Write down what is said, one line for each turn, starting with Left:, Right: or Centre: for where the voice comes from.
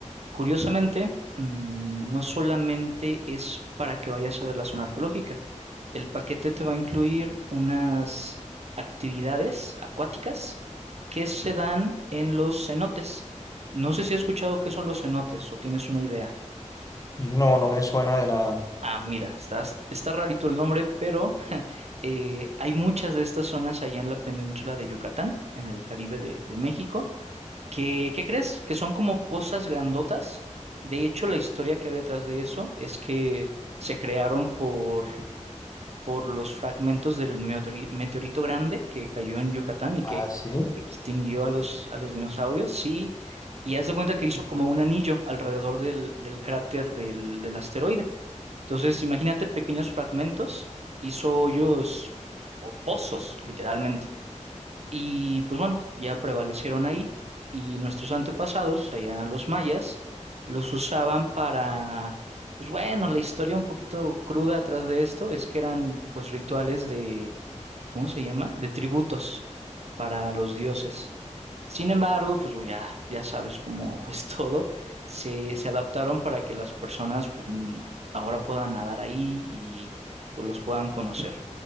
Right: Curiosamente, mm, no solamente es para que vayas a ver la zona arqueológica, el paquete te va a incluir unas actividades acuáticas que se dan en los cenotes. No sé si has escuchado qué son los cenotes o tienes una idea.
Left: No, no me suena de nada.
Right: Ah, mira, estás, está rarito el nombre, pero <laughs> eh, hay muchas de estas zonas allá en la península de Yucatán, en el Caribe de, de México, que, ¿qué crees? Que son como pozas grandotas. De hecho, la historia que hay detrás de eso es que se crearon por por los fragmentos del meteori- meteorito grande que cayó en Yucatán y
Left: Ah,
Right: que
Left: sí.
Right: extinguió a los, a los dinosaurios, sí, y haz de cuenta que hizo como un anillo alrededor del, del cráter del, del asteroide. Entonces, imagínate pequeños fragmentos, hizo hoyos o pozos, literalmente. Y pues bueno, ya prevalecieron ahí y nuestros antepasados, allá los mayas, los usaban para, pues bueno, la historia un poquito cruda atrás de esto es que eran pues rituales de, ¿cómo se llama? De tributos para los dioses. Sin embargo, pues ya, ya sabes cómo <laughs> es todo, se, se adaptaron para que las personas pues n- ahora puedan nadar ahí y pues los puedan conocer.